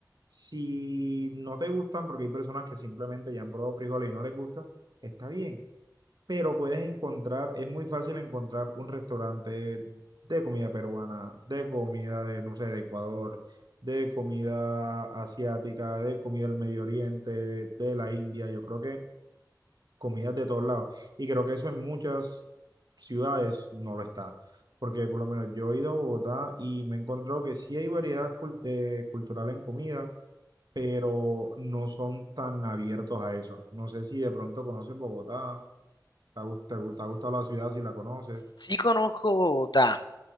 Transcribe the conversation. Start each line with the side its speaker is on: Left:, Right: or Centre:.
Right: si no te gustan, porque hay personas que simplemente ya han probado frijoles y no les gusta, está bien. pero puedes encontrar, es muy fácil encontrar un restaurante de comida peruana, de comida de, no sé, de Ecuador, de comida asiática, de comida del Medio Oriente, de la India, yo creo que comidas de todos lados. Y creo que eso en muchas ciudades no lo está. Porque por lo menos yo he ido a Bogotá y me he encontrado que sí hay variedad cul- eh, cultural en comida, pero no son tan abiertos a eso. No sé si de pronto conoces Bogotá te ha, gust- te gu- te ha gustado la ciudad si la conoces.
Left: Sí conozco Bogotá,